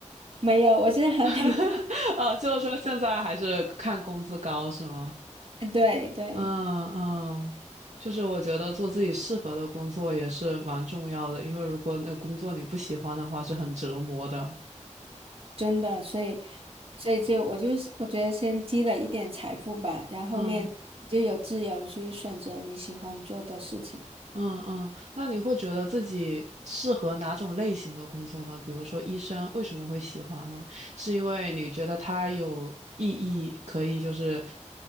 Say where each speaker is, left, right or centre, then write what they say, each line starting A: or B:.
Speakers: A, on the right; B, on the right.
A: 没有，我现在还没毕，
B: <laughs> 哦，就是说现在还是看工资高是吗？
A: <laughs> 对对，
B: 嗯嗯，就是我觉得做自己适合的工作也是蛮重要的，因为如果那个工作你不喜欢的话，是很折磨的。
A: 真的，所以所以就我就是我觉得先积累一点财富吧，然后后面你就有自由去选择你喜欢做的事情。
B: 嗯。嗯嗯，那你会觉得自己适合哪种类型的工作呢？比如说医生，为什么会喜欢呢？是因为你觉得它有意义，可以就是